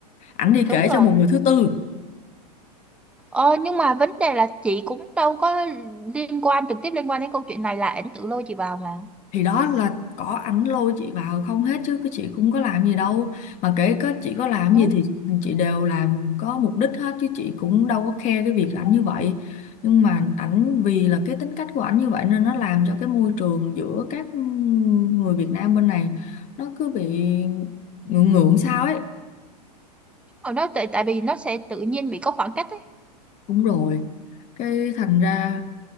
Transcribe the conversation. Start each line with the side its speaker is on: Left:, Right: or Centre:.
Left: ảnh đi
Centre: đúng
Left: kể
Centre: rồi.
Left: cho một người thứ tư
Centre: Ờ, nhưng mà vấn đề là chị cũng đâu có liên quan trực tiếp liên quan đến câu chuyện này là ảnh tự lôi chị vào mà.
Left: thì đó là có ảnh lôi chị vào không hết chứ cái chị cũng có làm gì đâu mà kể có chị có làm
Centre: Đúng.
Left: gì thì chị đều làm có mục đích hết chứ chị cũng đâu có khe cái việc ảnh như vậy nhưng mà ảnh vì là cái tính cách của ảnh như vậy nên nó làm cho cái môi trường giữa các người Việt Nam bên này nó cứ bị ngượng ngượng sao ấy
Centre: Rồi nó tại tại vì nó sẽ tự nhiên bị có khoảng cách ấy.
Left: cũng rồi cái thành ra